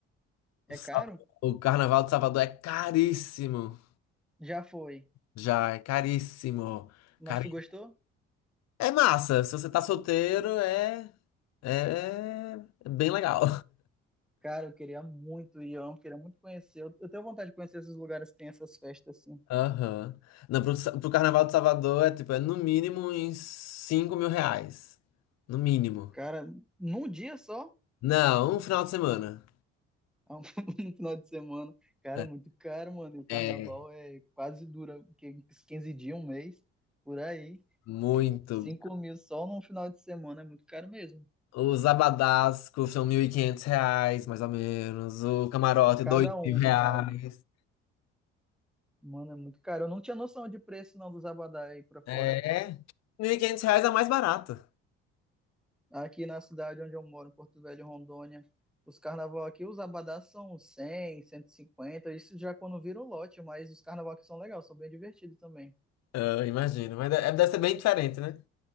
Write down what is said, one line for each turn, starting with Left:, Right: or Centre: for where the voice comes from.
Centre: É
Left: O Sa-
Centre: caro?
Left: o Carnaval de Salvador é caríssimo.
Centre: Já foi.
Left: Já, é caríssimo.
Centre: Mas
Left: Cari...
Centre: tu gostou?
Left: É massa, se você tá solteiro, é, é é bem legal.
Centre: Cara, eu queria muito ir, eu queria muito conhecer. Eu, eu tenho vontade de conhecer esses lugares que tem essas festas assim.
Left: Aham. Não, pro, sa- pro Carnaval de Salvador é tipo, é no mínimo uns cinco mil reais. No mínimo.
Centre: Cara, num dia só,
Left: Não, um final de semana.
Centre: <laughs> no final de semana. Cara,
Left: É,
Centre: é muito caro, mano. E o carnaval
Left: é
Centre: é quase dura, que- uns 15 dias, um mês, por aí.
Left: muito.
Centre: Cinco mil só num final de semana é muito caro mesmo.
Left: Os abadás custam 1.500 reais, mais ou menos. O camarote,
Centre: Cada
Left: dois
Centre: um,
Left: mil reais.
Centre: no caso. Mano, é muito caro. Eu não tinha noção de preço, não, dos abadá aí pra fora.
Left: É, Mil e quinhentos reais é mais barato.
Centre: Aqui na cidade onde eu moro, em Porto Velho, Rondônia, os carnaval aqui, os abadás são 100, 150, isso já quando vira o lote, mas os carnaval aqui são legais, são bem divertidos também.
Left: Eu imagino, mas de- deve ser bem diferente, né?